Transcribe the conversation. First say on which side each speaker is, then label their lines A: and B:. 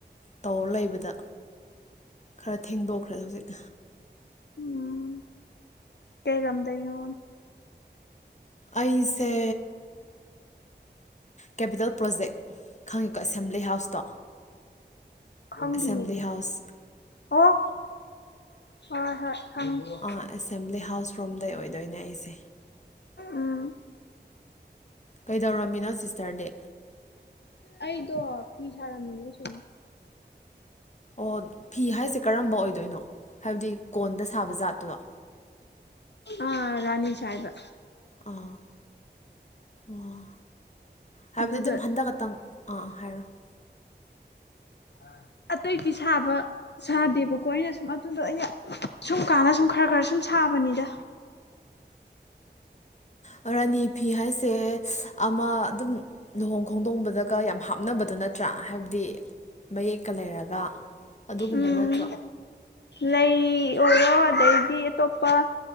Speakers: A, on the left (about 40°); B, on the left (about 70°).
A: ꯇꯧꯔ ꯂꯩꯕꯗ ꯈꯔ ꯊꯦꯡꯗꯣꯛꯈ꯭ꯔꯦ ꯍꯧꯖꯤꯛ
B: ꯎꯝ ꯀꯩ ꯂꯝꯗꯩꯅꯣ
A: ꯑꯩꯁꯦ ꯀꯦꯄꯤꯇꯦꯜ ꯄ꯭ꯔꯣꯖꯦꯛ ꯈꯪꯉꯤꯀꯣ ꯑꯦꯁꯦꯝꯕ꯭ꯂꯤ ꯍꯥꯎꯁꯇꯣ
B: ꯈꯪꯗꯤꯌꯦ
A: ꯑꯦꯁꯦꯝꯕ꯭ꯂꯤ ꯍꯥꯎꯁ
B: ꯑꯣ ꯍꯣꯏ ꯍꯣꯏ ꯈꯪꯉꯦ
A: ꯑꯥ ꯑꯦꯁꯦꯝꯕ꯭ꯂꯤ ꯍꯥꯎꯁ ꯔꯣꯝꯗꯩ ꯑꯣꯏꯗꯣꯏꯅꯦ ꯑꯩꯁꯦ
B: ꯎꯝ
A: ꯀꯩꯗꯧꯔꯝꯃꯤꯅꯣ ꯁꯤꯁꯇꯔꯗꯤ
B: ꯑꯩꯗꯣ ꯐꯤ ꯁꯥꯔꯝꯃꯤꯅꯦ ꯁꯨꯝ
A: ꯑꯣ ꯐꯤ ꯍꯥꯏꯁꯦ ꯀꯔꯝꯕ ꯑꯣꯏꯗꯣꯏꯅꯣ ꯍꯥꯏꯕꯗꯤ ꯀꯣꯟꯗ ꯁꯥꯕ ꯖꯥꯠꯇꯨꯔꯣ
B: ꯑꯥ ꯔꯥꯅꯤ ꯁꯥꯏꯕ
A: ꯑꯥ ꯑꯣ ꯍꯥꯏꯕꯗꯤ
B: ꯑꯗꯨꯗ
A: ꯑꯗꯨꯝ ꯍꯟꯗꯛ ꯈꯛꯇꯪ ꯑꯥ ꯍꯥꯏꯔꯛꯑꯣ
B: ꯑꯥ ꯑꯇꯩꯗꯤ ꯁꯥꯕ ꯁꯥꯗꯦꯕꯀꯣ ꯑꯩꯅ ꯁꯨꯝ ꯑꯗꯨꯗꯣ ꯑꯩꯅ ꯁꯨꯝ ꯀꯥꯟꯗ ꯁꯨꯝ ꯈꯔ ꯈꯔ ꯁꯨꯝ ꯁꯥ ꯁꯥꯕꯅꯤꯗ
A: ꯑꯣ ꯔꯥꯅꯤ ꯐꯤ ꯍꯥꯏꯁꯦ ꯑꯃ ꯑꯗꯨꯝ ꯂꯨꯍꯣꯡ ꯈꯣꯡꯗꯣꯡꯕꯗꯒ ꯌꯥꯝ ꯍꯥꯞꯅꯕꯗ ꯅꯠꯇ꯭ꯔꯥ ꯍꯥꯏꯕꯗꯤ ꯃꯌꯦꯛꯀ ꯂꯩꯔꯒ ꯑꯗꯨꯒꯨꯝꯕ
B: ꯎꯝ
A: ꯅꯠꯇ꯭ꯔꯣ
B: ꯂꯩ ꯑꯣꯏꯔꯣ ꯑꯗꯩꯗꯤ ꯑꯇꯣꯞꯄ